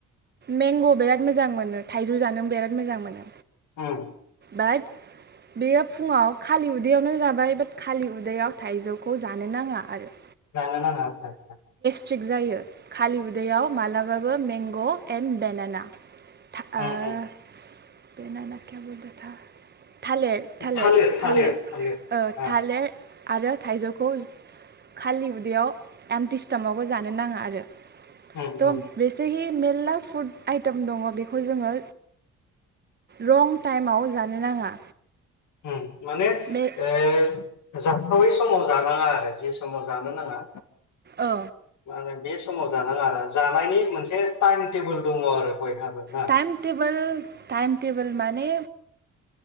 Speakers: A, on the right (about 35°); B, on the left (about 75°).
A: मेंग' बिराद मोजां मोनो थाइजौ जानो बिराद मोजां मोनो।
B: उम्म
A: बाट बेयो फुङाव खालि उदैयावनो जाबाय बाट खालि उदैयाव थाइजौखौ जानो नाङा आरो।
B: जानो नांङा आतसा आतसा।
A: थिग जायो खालि उदैयाव मालाबाबो में ग' एनडेनाना था ओ।
B: उम उम
A: <unintelligible> थालेर थालेर
B: थालिर थालिर
A: थालैर
B: थालिर
A: ओ
B: आ
A: थालेर आरो थाइजौखौ खालि उदैयाव एमटि स्टमाकाव जानो नाङा आरो।
B: उम
A: थ'
B: उम
A: बेेसे हि मेरला फुड आइटेम दङ बेखौ जोङो रं टाइमाव जानो नाङा।
B: उम। माने
A: बे
B: ए जाथावै समाव जानाङा आरो जे समाव जानो नाङा।
A: औ।
B: मा होनो बे समाव जानाङा आरो जानायनि मोनसे टाइम टेबोल दङ आरो। बयहाबो ना
A: टाइम टेबोल टाइम टेबोल। माने